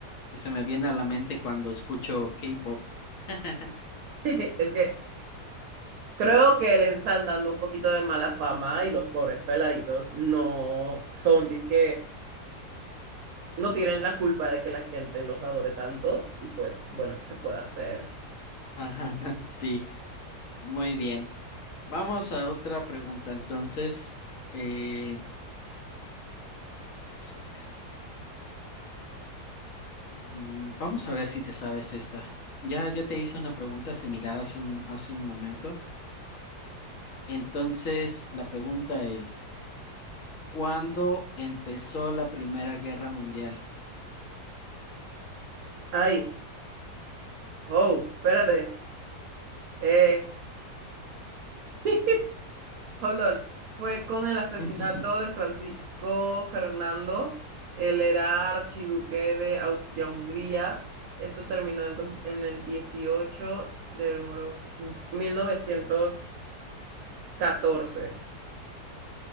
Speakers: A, on the left (about 55°); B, on the right (about 65°).
A: que se me viene a la mente cuando escucho K-pop. <laughs>
B: <laughs> Es que Creo que les están dando un poquito de mala fama y los pobres peladitos no son, que no tienen la culpa de que la gente los adore tanto y pues bueno, ¿qué se puede hacer?
A: Ajá, <laughs> sí, muy bien. Vamos a otra pregunta, entonces, eh, vamos a ver, Mm, vamos a ver si te sabes esta. Ya, ya te hice una pregunta similar hace un, hace un momento, entonces la pregunta es... ¿Cuándo empezó la Primera Guerra Mundial?
B: Ay, oh, espérate, eh, <laughs> hold on, fue con el asesinato
A: <laughs>
B: de Francisco Fernando, él era archiduque de Austria-Hungría, eso terminó en, dos- en el 18 de mil novecientos catorce